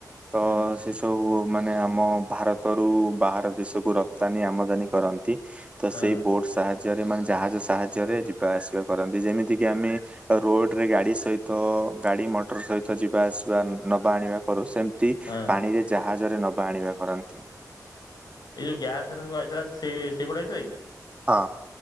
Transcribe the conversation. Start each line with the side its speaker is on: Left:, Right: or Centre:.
Right: ତ-ଅ-ଅ-ଅ
Left: ହଁ
Right: ସେ ସବୁ-ଉ-ଉ ମାନେ ଆମ ଭାରତରୁ ବାହାର ଦେଶକୁ ରପ୍ତାନୀ ଆମଦାନୀ କରନ୍ତି। ତ
Left: ହଁ
Right: ସେଇ ବୋଟ୍ ସାହାଯ୍ୟରେ ମାନେ ଜାହାଜ ସାହାଯ୍ୟରେ ଯିବା ଆସିବା କରନ୍ତି ଯେମିତି କିି ଆମେ ରୋଡ଼ ରେ ଗାଡ଼ି ସହିତ-ଅ-ଅ ଗାଡ଼ି ମଟର ସହିତ ଯିବା ଆସିବା ନବା ଆଣିବା କରୁ ସେମତି
Left: ହଁ
Right: ପାଣିରେ ଜାହାଜରେ ନବା ଆଣିବା କରନ୍ତି।
Left: ଏଇ ଯୋଉ ଗ୍ୟାସ ରେ <unintelligible> ସେଇ ସେଇପଟେ ଆଇଥିଲା କି?
Right: ହଁ।